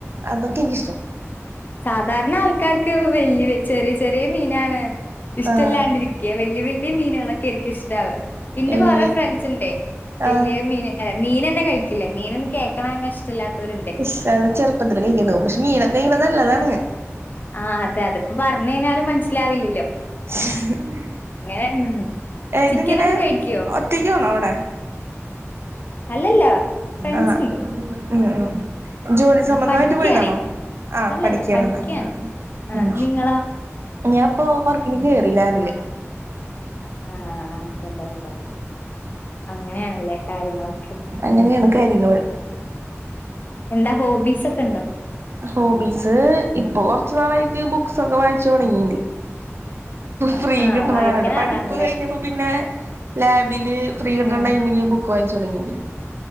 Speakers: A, on the right; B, on the left.
A: അതൊക്കെ ഇൻക്കിഷ്ടം-
B: സാധാരണ ആൾക്കാർക്ക് വല്യ വ ചെറിയ ചെറിയ മീനാണ് ഇഷ്ടല്ലാണ്ടിരി
A: ആഹ്
B: ക്യ വല്യ വല്യ മീനുകളൊക്കെ ആയിരിക്കും ഇഷ്ടാവ ഇന്റെ
A: ഏഹ്
B: കൊറേ ഫ്രണ്ട്സ്ണ്ടേ വല്യ
A: ആഹ്
B: മീന് അല്ല മീനെന്നെ കഴിക്കില്ല മീന് എന്ന് കേക്ക്ണെന്നെ ഇഷ്ടല്ലാത്തോര്ണ്ട്.
A: ഇഷ് അത് ചെറുപ്പത്തിൽ കഴ്കാണ്ടാവും പക്ഷെ മീനൊക്ക കഴിക്ക്ണെ നല്ലതാണ്-
B: ആഹ് അതെ അത് ഇപ്പോ പറഞ്ഞ് കഴിഞ്ഞാലും മനസ്സിലാവില്ലല്ലോ-
A: <unintelligible>
B: ഇങ്ങനെ ചിക്കനൊക്കെ
A: ഇതിങ്ങനെ
B: കഴിക്കോ?
A: ഒറ്റക്കാണോ അവിടെ
B: അല്ലല്ല ഫ്രണ്ട്സ്ണ്ട്.
A: ആഹ് ഉം ഉം. ജോലി
B: ഉം
A: സംബന്ധമായിട്ട്
B: പഠിക്കാണേ
A: പോയതാണോ? ആഹ്
B: അല്ലല്ല
A: പഠിക്കാണ്ല്ലേ
B: പഠിക്കാണ്. ആഹ്
A: ഉം.
B: നിങ്ങളോ?
A: ഞാൻ ഇപ്പോ വർക്കിന് കേറി ലാബില്-
B: ആഹ് ആയിക്കോട്ടെ ആയിക്കോട്ടെ അങ്ങനെയാണല്ലേ? കാര്യങ്ങളൊക്കെ
A: അങ്ങനെയാണ് കാര്യങ്ങള്
B: എന്താ ഹോബീസ് ഒക്കെ ഉണ്ടോ?
A: ഹോബീസ് ഇപ്പൊ കൊറച്ചു നാളായിട്ട് ബുക്സൊക്കെ വായിച്ചു തൊടങ്ങീ ഫ്രീ
B: ആഹ്
A: കിട്ടുന്നണ്ട്
B: വായിക്കണ
A: പഠിപ്പ്
B: ആളാണല്ലേ.
A: കഴിഞ്ഞപ്പോ പിന്നെ ലാബില് ഫ്രീ കിട്ടണ
B: ഏഹ്
A: ടൈമില് ബുക്ക് വായിച്ച് തുടങ്ങിണ്ട